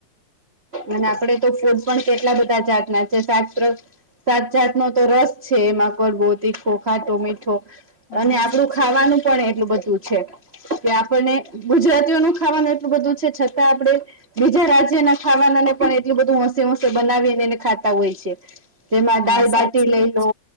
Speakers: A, on the right; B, on the left.
A: અને આપણે તો ફૂડ પણ કેટલા બધા જાતના છે. <unintelligible> સાત જાત નો તો રસ છે. એમાં કડવો, તીખો, ખાટો, મીઠો
B: હા
A: અને આપણું
B: સાચી
A: ખાવાનું પણ એટલું બધું છે. કે આપણને ગુજરાતીઓનું ખાવાનું એટલું બધું છે, છતાં આપણે બીજા રાજ્યના ખાવાના ને પણ એટલું બધું હોશે-હોશે બનાવીને એને ખાતા હોય છે. તેમાં
B: હા
A: દાલ-બાટી
B: સાચી
A: લઈ
B: વાત
A: લો
B: છે